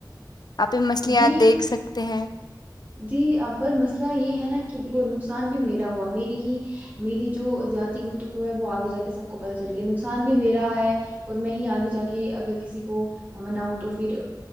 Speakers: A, on the left (about 60°); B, on the right (about 20°).
A: آپ بھی مچھلیات
B: جی
A: دیکھ سکتے ہیں
B: جی پر مسئلہ یہ ہے نا کہ دیکھو نقصان بھی میرا ہوا میری ہی میری جو زیادتی گفتگو ہے وہ آگے جا کے سب کو پت چل گیا نقصان بھی میرا ہے اور میں ہی آگے جا کے اگر کسی کو مناؤں تو پھر